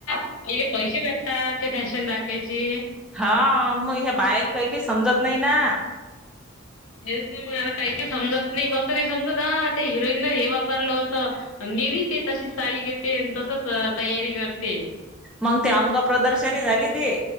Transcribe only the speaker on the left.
हिले पैसे भेटतात, ते फॅशन दाखवायचे
हेच नाही, मग काहीक समजत नाही, कसं नाही समजत, आ ते हिरोईनन हे वापरलं होतं आणि मी बी ते तशीच साडी घेते, आणि तसच अ तयारी करते